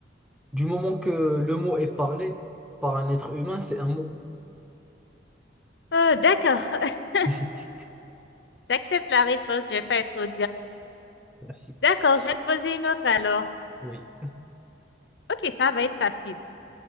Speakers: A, in the centre; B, on the left.
A: Du moment que le mot est parlé par un être humain, c'est un mot.
B: Euh, d'accord. <laughs>
A: <laughs>
B: J'accepte la réponse, je vais pas être trop
A: Merci.
B: D'accord, je vais te poser une autre alors.
A: Oui.
B: Ok, ça va être facile.